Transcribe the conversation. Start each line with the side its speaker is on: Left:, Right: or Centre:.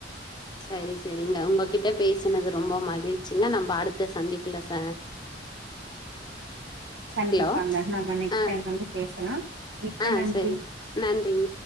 Left: செரி செரிங்க உங்ககிட்ட பேசுனது ரொம்ப மகிழ்ச்சிங்க நம்ம அடுத்த சந்திப்புல சார்
Right: கண்டிப்பாங்க
Left: ஹலோ
Right: நம்ம நெக்ஸ்ட்
Left: ஆ
Right: டைம் வந்து பேசலாம் மிக்க
Left: ஆ
Right: நன்றி
Left: சரி நன்றிங்க